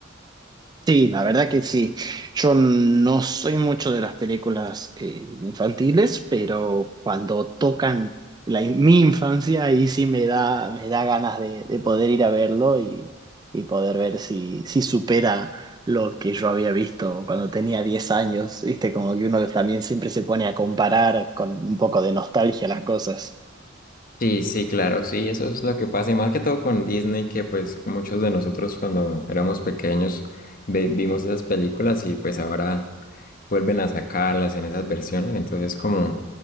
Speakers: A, on the right (about 20°); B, on the left (about 45°).
A: Sí, la verdad que sí. Yo no soy mucho de las películas eh, infantiles, pero cuando tocan la, mi infancia, ahí sí me da, me da ganas de, de poder ir a verlo y, y poder ver si, si supera lo que yo había visto cuando tenía 10 años. ¿Viste? Como que uno también siempre se pone a comparar con un poco de nostalgia las cosas.
B: Sí, sí, claro, sí, eso es lo que pasa. Y más que todo con Disney, que pues muchos de nosotros cuando éramos pequeños ve- vimos esas películas y pues ahora vuelven a sacarlas en esas versiones. Entonces como,